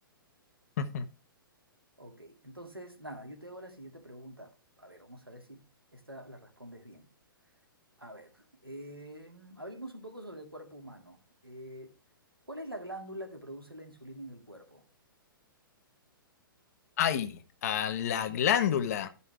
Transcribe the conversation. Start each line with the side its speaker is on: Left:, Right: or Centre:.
Left: <laughs>
Right: Ok, entonces, nada, yo te hago la siguiente pregunta. A ver, vamos a ver si esta la respondes bien. A ver, em, hablemos un poco sobre el cuerpo humano. Eh, ¿cuál es la glándula que produce la insulina en el cuerpo?
Left: Ay, a la glándula.